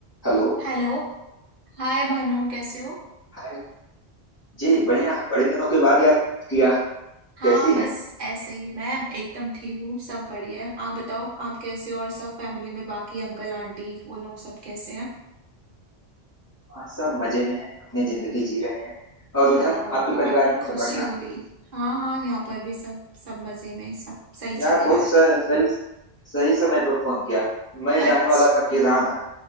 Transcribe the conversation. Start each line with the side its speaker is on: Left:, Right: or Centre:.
Left: Hello
Right: Hello Hi Bhanu कैसे हो
Left: Hi जी बढ़िया बड़े दिनों के बाद याद किया
Right: हाँ
Left: कैसी हैं
Right: बस ऐसे ही मैं एकदम ठीक हूँ सब बढ़िया है आप बताओ आप कैसे हो और सब फैमिली में बाकी अंकल आंटी वो लोग सब कैसे हैं
Left: हाँ, सब मजे में हैं अपनी जिंदगी जी रहे हैं और उधर
Right: हेलो
Left: आपके
Right: बहुत
Left: परिवार में
Right: खुशी
Left: सब बढ़िया
Right: हुई हाँ हाँ यहाँ पर भी सब सब मजे में सब सही चल
Left: यार बहुत
Right: रहा है
Left: स- सही सही समय पर फोन किया मैं जाने
Right: अच्छा
Left: वाला था केदारनाथ